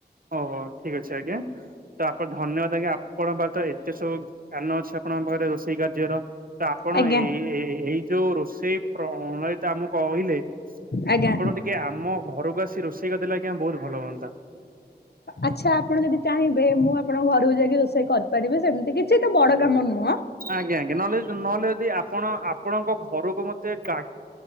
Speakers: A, on the right; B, on the left.
A: ଓହୋ ଠିକ ଅଛି ଆଜ୍ଞା ତ ଆପଣ ଧନ୍ୟବାଦ ଆଜ୍ଞା ଆପଣଙ୍କ ପା ତ ଏତେ ସବୁ କାନ ଅଛି ଆପଣଙ୍କ ପାଖରେ ରୋଷେଇ କାର୍ଯ୍ୟର। ତ ଆପଣ
B: ଆଜ୍ଞା
A: ଏଇ ଏ-ଏ -ଏ ଏଇ ଯୋଉ ରୋଷେଇ ପ୍ରଣାଳୀ ତ ଆମକୁ କହିଲେ
B: ଆଜ୍ଞା।
A: ଆପଣ ଟି କି ଆମ ଘରକୁ ଆସି ରୋଷେଇ କ ଦେଲେ ଆଜ୍ଞା ବହୁତ ଭଲ ହୁଅନ୍ତା କେ
B: ଆଚ୍ଛା ଆପଣ ଯଦି ଚାହିଁବେ ମୁଁ ଆପଣଙ୍କ ଘରକୁ ଯାଇକି ରୋଷେଇ କରିି କରିବି ସେମିତି କିଛି ତ ବଡ କାମ ନୁହଁ।
A: ଆଜ୍ଞା ଆଜ୍ଞା ନହେଲେ ନହେଲେ ଯଦି ଆପଣ ଆପଣଙ୍କ ଘରକୁ ମତେ ଗା